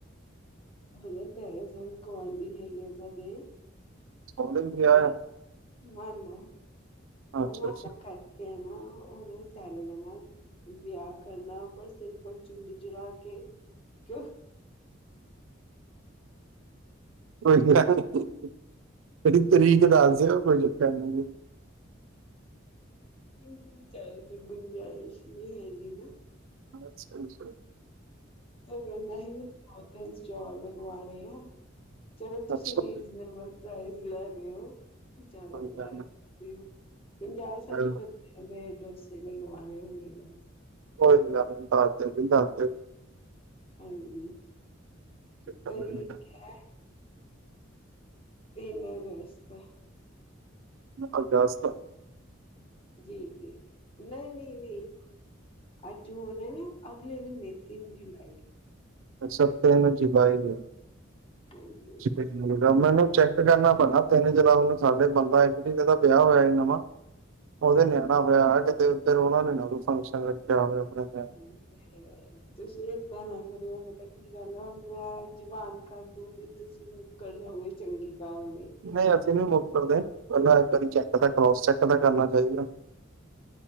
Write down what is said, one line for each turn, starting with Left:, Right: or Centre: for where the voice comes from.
Left: ਹ ਤੇ ਸ ਗੁਵਾਢੀ ਹੈਗੇ ਆ ਸਾਡੇ।
Right: ਸੋਹਣੇ ਵਿਆਹ
Left: ਨਾ- ਨਾ
Right: ਆ ਅੱਛਾ
Left: ਉਹ
Right: ਅੱਛਾ
Left: ਪਕਾ ਕਰਕੇ ਹੈ ਆਨਾ ਉਹ ਵਿਚਾਰੇ ਨਾਲ। ਵਿਆਹ ਕਰਨਾ ਪਰ ਸਿੰਪਲ ਚੁੰਨੀ ਚੁੜਾ ਕੇ। ਕਿਉ-
Right: ਕੋਈ ਗੱਲ ਨਹੀਂ। ਜਿਹੜੀ ਤਰੀਕ ਦੱਸਦੇਓ ਕੋਈ ਪਰੇਸ਼ਾਨੀ ਨਹੀਂ।
Left: ਕਿਕ ਵੀ ਕ ਲ <unintelligible> ਤੇ ਸੂ਼ਗਰ ਨਹੀਂ ਹੈਗੀ ਨਾ
Right: ਅੱਛਾ- ਅੱਛਾ।
Left: ਤੇ ਕਹਿੰਦਾ ਸੀ। ਮੈ ਦੋ -ਤਿੰਨ ਸਟੋਲ ਲਗਵਾਣੇ ਆ। ਚਲੋ, ਤੁਸੀਂ
Right: ਅੱਛਾ
Left: ਰੀਜ਼ਨੇਬਲ ਪ੍ਰਾਈਜ਼ ਲੈ ਲਿਓ। ਜ਼ਿਆਦਾ
Right: ਕੋਈ
Left: ਬਰਾਤ
Right: ਗੱਲ ਨੀ
Left: ਨਹੀਂ ਪੰਜਾਹ-
Right: ਕੋਈ
Left: ਸੱਠ ਬ- ਓਨੇ ਡੋਸੇ ਲਗਵਾ ਨੇ ਹੁਣੇ ਬਸ।
Right: ਕੋਈ ਨਾ ਦਸ ਦੇ ਓ ਜੀ ਦਸ ਦੇ ਓ।
Left: ਹਾਂਜੀ
Right: ਕੋਈ ਚੱਕਰ
Left: ਤੇ ਠੀਕ
Right: ਨੀ
Left: ਹੈ। ਤਿੰਨ ਅਗਸਤ।
Right: ਅਗਸਤ।
Left: ਜੀ -ਜੀ, ਨਹੀਂ -ਨਹੀਂ, ਨਹੀਂ। ਅੱਜ ਹੁਣ ਹੈ ਨਾ ਅਗਲੇ ਮਹੀਨੇ ਤਿੰਨ ਜੁਲਾਈ।
Right: ਅਛਾ ਤੀਨ ਜੁਲਾਈ ਏ
Left: ਹਾਂਜੀ
Right: ਛਿਪੇ ਤੇ ਹੋਰ। ਗ ਮੈਨੂੰ ਚੈੱਕ ਕਰਨਾ ਪੈਣਾ। ਤਿੰਨ ਜੁਲਾਈ ਨੂੰ ਸਾਡੇ ਬੰਦਾ ਇੱਕ ਜੀ ਦਾ ਵਿਆਹ ਹੋਇਆ ਨਵਾਂ। ਉਹਦੇ ਨਿਆਣਾ ਹੋਇਆ। ਕਿਤੇ ਓਧਰ ਉਹਨਾ ਨੇ ਨਾ ਕੋਈ ਫੰਕਸ਼ਨ ਰੱਖਿਆ ਹੋਵੇ ਆਪਣੇ ਘਰ।
Left: ਹ <unintelligible> ਤੁਸੀਂ ਏਦਾਂ ਨਾ ਕਰਿਓ ਪਤਾ ਕੀ ਗੱਲ ਆ। ਹੁਣ ਮੈਂ ਜਬਾਨ ਕਰ ਦੂੰਗੀ ਤੁਸੀਂ। ਕਰੇ ਹੋਏ ਚੰਗੀ ਗੱਲ ਨਹੀਂ।
Right: ਨਹੀਂ ਅਸੀਂ ਨੀ ਮੁੱਕਰਦੇ। ਪਹਿਲਾਂ ਇੱਕ ਵਾਰੀ ਚੈੱਕ ਤਾਂ ਕਰੋਸ ਚੈੱਕ ਤਾਂ ਕਰਨਾ ਚਾਹੀਦਾ।